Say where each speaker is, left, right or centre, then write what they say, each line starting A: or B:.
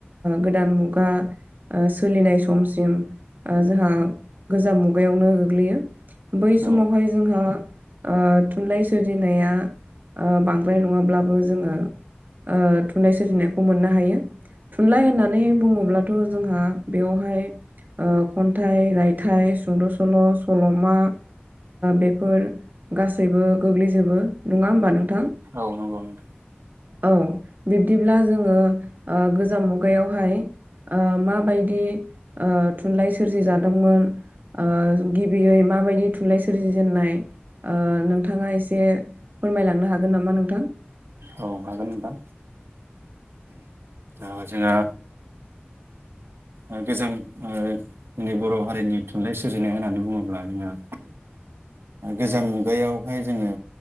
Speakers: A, on the right; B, on the right.
A: गोदान मुगा सोलिनाय समसिम जोंहा गोजाम मुगायावनो गोग्लैयो बै समावहाय
B: औ
A: जोंहा थुनलाइ सोरजिनाया बांद्राय नङाब्लाबो जोङो ओ थुनलाइ सोरजिनायखौ मोननो हायो थुनलाइ होननानै बुङोब्लाथ' जोंहा बेवहाय खन्थाइ रायथाइ सुंद' सल' सल' मा बेफोर गासैबो गोग्लैजोबो नङा होमबा नोंथां
B: औ नंगौ नोंथां।
A: ओं बिब्दिब्ला जोङो ओं गोजाम मुगायावहाय ओं माबायदि ओं थुनलाइ सोरजिजादोंमोन ओं गिबियै माबायदि थुनलाइ सोरजिजेननाय। ओं नोंथाङा एसे फोरमायलांनो हागोन नामा नोंथां?
B: औ हागोन नोंथां ओं जोङो ओं गोजोन ओं जोंनि बर' हारिनि थुनलाइ सोरजिनाय होननानै बुङोब्ला जोंना गोजाम मुगायावहाय जोङो